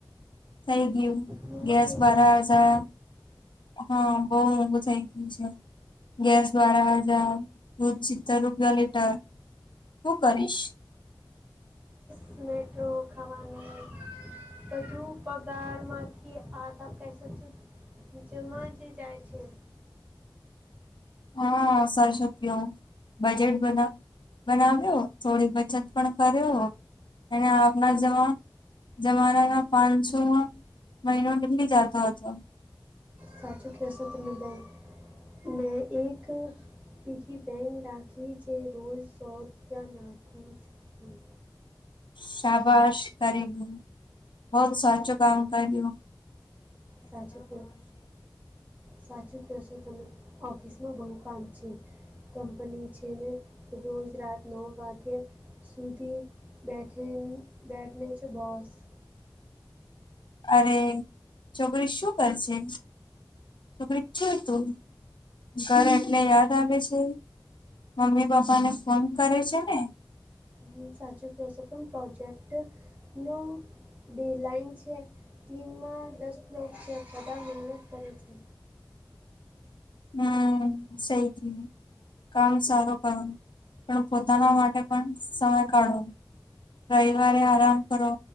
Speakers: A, on the left; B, on the right.
A: થઈ ગયું
B: મોંઘું
A: ગેસ
B: થઈ
A: બરા
B: જશે
A: હઝાર હા બહુ મોંઘું થઇ ગયું છે ગેસ દ્વારાા જાવ તું ચિત્તેર રૂપિયા લેટર હું કરીશ
B: સ્નેટો ખાવાની બધું પગાર માંથી આધા પૈસા તો જેમાં જે જાય છે.
A: હા સર શક બજેટ બધ બનાવ્યો થોડી બચત પણ કર્યો અને આવના જવા જમાના ના પાંચસોમાં મહિનો નીકળી જતો હતો.
B: સાત શ ખ સત્યનદન મે એક પીગીબેન રાખી જે રોજ સો રૂપિયા નાખું છું.
A: શાબાશ કરી હ બહત સાચું કામ કરી્યું.
B: સાચું કીધુ. સાચું કહશો તમે ઓફિસમાં બહુ કામ છે. કંપની જેને રોજ રાત નવ વાગ્યા સુધી બેઠે બેઠને છે બોસ
A: અરે છોકરી શું કરશે છોકરી ક તું ઘર એટલે યાદ આવે છે મમ્મી પપ્પા ને ફોન કરે છે ને.
B: હ સાચું કો છે પણ પ્રોજેક્ટ નું ડે લાઇન છે ટીનમાં દસ લો છે બધા માણ કરે છે.
A: હમ્મ સઈ થી. કામ સારું કરું પણ પોતાના માટે પણ સમય કાઢો રવિવારે આરામ કરો